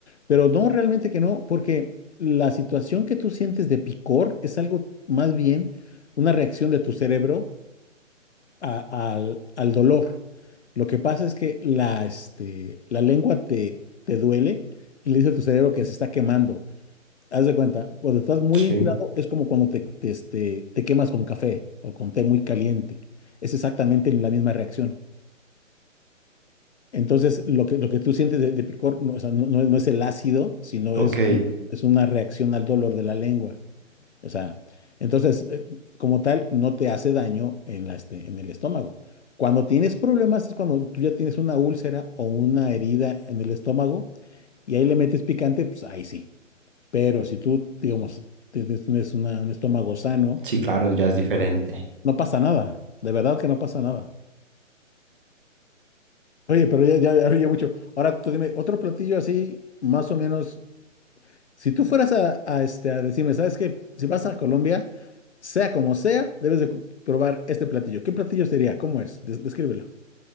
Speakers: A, on the left; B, on the right.
A: Pero no, realmente que no, porque la situación que tú sientes de picor es algo más bien una reacción de tu cerebro a- al, al dolor. Lo que pasa es que la, este, la lengua te, te duele y le dice a tu cerebro que se está quemando. Haz de cuenta, cuando estás muy
B: Sí.
A: enchilado es como cuando te, te, este, te quemas con café o con té muy caliente. Es exactamente la misma reacción. Entonces, lo que, lo que tú sientes de, de picor no, o sea, no- no- no es el ácido, sino
B: Ok.
A: es, un- es una reacción al dolor de la lengua. O sea, entonces, eh, como tal, no te hace daño en la, este, en el estómago. Cuando tienes problemas es cuando tú ya tienes una úlcera o una herida en el estómago y ahí le metes picante, pues ahí sí. Pero si tú, digamos, tienes una- un estómago sano,
B: Sí, claro, ya es diferente.
A: no pasa nada. De verdad que no pasa nada. Oye, pero ya, ya, ya, ya mucho. Ahora tú dime, otro platillo así, más o menos. Si tú fueras a, a, este, a decirme, ¿sabes qué? Si vas a Colombia, sea como sea, debes de cu- probar este platillo. ¿Qué platillo sería? ¿Cómo es? Des- descríbelo.